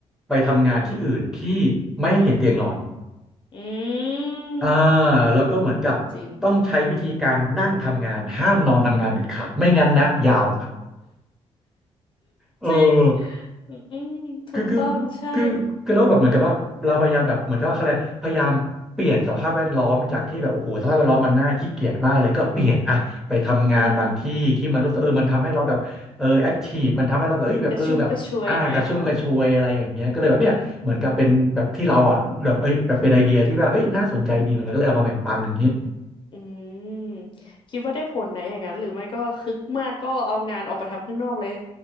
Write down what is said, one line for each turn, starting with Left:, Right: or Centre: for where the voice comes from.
Centre: ไปทำงานที่อื่นที่
Left: อืม
Centre: ไม่ให้เห็นเตียงนอน
Left: อืม
Centre: อ่าแล้วก็เหมือนกับต้องใช้วิธีการนั่งทำงานห้ามนอนทำงานเด็ดขาดไม่งั้นนะยาว
Left: จริง
Centre: เออ
Left: จริงอืมถูกต้องใช่
Centre: คือคือคือคือแล้วแบบเหมือนกับว่าเราพยายามแบบเหมือนกับว่าอะไรพยายามเปลี่ยนสภาพแวดล้อมจากที่แบบโอ้โหสภาพแวดล้อมมันน่าขี้เกียจมากเลยก็เปลี่ยนอะไปทำงานบางที่ที่มันรู้สึกเออมันทำให้เราแบบเออแอคทีฟมันทำให้เราแบบเอ้ยแบบเออแบบอ่ากระชุ่มกระชวยอะไรอย่างเงี้ยก็เลยแบบเนี่ยเหมือนกับเป็นแบบที่เราอ่ะแบบเอ้ยแบบเป็นไอเดียที่แบบเอ้ยน่าสนใจดีเหมือนกันก็เลยเอามาแบ่งปันอย่างงี้
Left: อืมกระชุ่มกระชวยหน่อยเนาะอืม อืมคิดว่าได้ผลนะอย่างนั้นหรือไม่ก็คึกมากก็เอางานออกไปทำข้างนอกเลย